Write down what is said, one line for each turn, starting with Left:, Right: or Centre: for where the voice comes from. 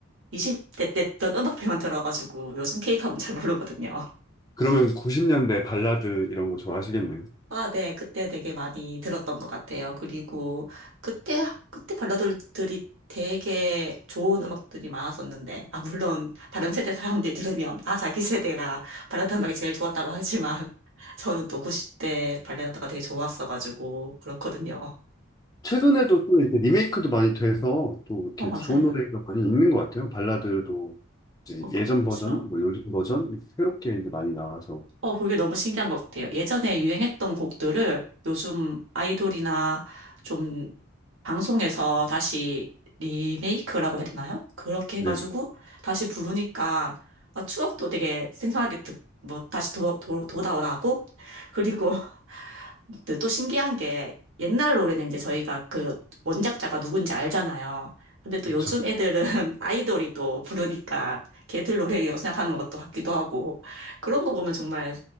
Right: 20대 때 했던 음악들만 들어가지고, 요즘 케이팝은 잘 모르거든요.
Left: 그러면 90년대 발라드 이런 거 좋아하시겠네요.
Right: 아, 네. 그때 되게 많이 들었던 것 같아요. 그리고 그때, 그때 발라드들이 되게 좋은 음악들이 많았었는데, 아, 물론 다른 세대 사람들이 들으면, 아, 자기 세대가 발라드 음악이 제일 좋았다고 하지만, <laughs> 저는 또 90대 발라드가 되게 좋았어가지고, 그렇거든요.
Left: 최근에도 또 이렇게 리메이크도 많이 돼서 또
Right: 어,
Left: 이렇게
Right: 맞아요.
Left: 좋은 노래가 많이 있는 것 같아요. 발라드도 이제
Right: 어, 그렇죠.
Left: 예전 버전, 뭐 요즘 버전 이렇게 새롭게 이제 많이 나와서
Right: 어, 그게 너무 신기한 것 같아요. 예전에 유행했던 곡들을 요즘 아이돌이나 좀 방송에서 다시 리메이크라고 해야 되나요? 그렇게 해가지고
Left: 네,
Right: 다시 부르니까 아, 추억도 되게 생생하게 듣, 뭐 다시 도, 도, 돌아오고 그리고 근데 또 신기한 게 옛날 노래는 이제 저희가 그 원작자가 누군지 알잖아요. 근데 또
Left: 그렇죠.
Right: 요즘 애들은 <laughs> 아이돌이 또 부르니까 걔들 노래라고 생각하는 것도 같기도 하고 그런 거 보면 정말